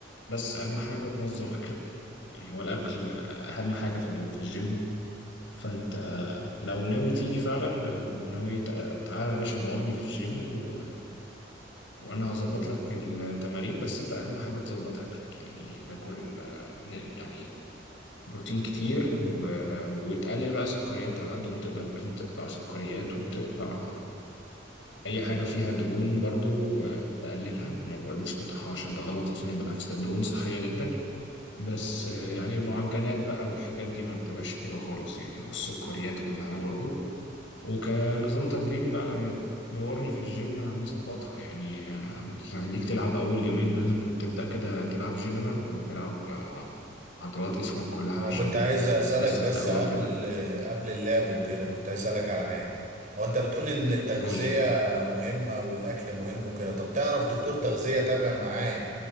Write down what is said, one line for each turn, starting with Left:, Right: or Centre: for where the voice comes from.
Left: بس اهم حاجه تنظم اكلك يعني هو الاكل اهم حاجه في ال- في الجيم فانت آه، لو ناوي تيجي فعلا لو ناوي تع- تعالى يا باشا نورني في الجيم و... وانا هظبط لك التمارين بس انت اهم حاجه تظبط اكلك يعني تاكل آه، يعني بروتين كتير و... وتقلل بقى سكريات على قد ما تقدر لازم تقطع سكريات وتقطع اي
Right: مم.
Left: حاجه فيها دهون برضو آه، تقللها ما بقولكش تقطعها عشان ده غلط اصلا بالعكس ده الدهون صحيه جدا بس آه، يعني المعجنات بقى والحاجات دي ما بتبقاش حلوه خالص يعني والسكريات كلها برضو وكنظام تدريبي بقى لما تنورني في الجيم هنظبطها يعني آه، هنخليك تلعب اول يومين لازم تبدا كده تلعب جنرال لو تلعب آه، عضلات جسمك كلها
Right: انا
Left: عشان
Right: كنت عايز
Left: آه،
Right: اسالك
Left: انت لسه
Right: بس
Left: في الاول
Right: قبل
Left: كده
Right: قبل اللعب وكده كنت عايز اسالك على حاجه هو انت بتقول ان التغذيه
Left: قول لي
Right: مهمه والاكل مهم وكده طب تعرف دكتور تغذيه تابع معاه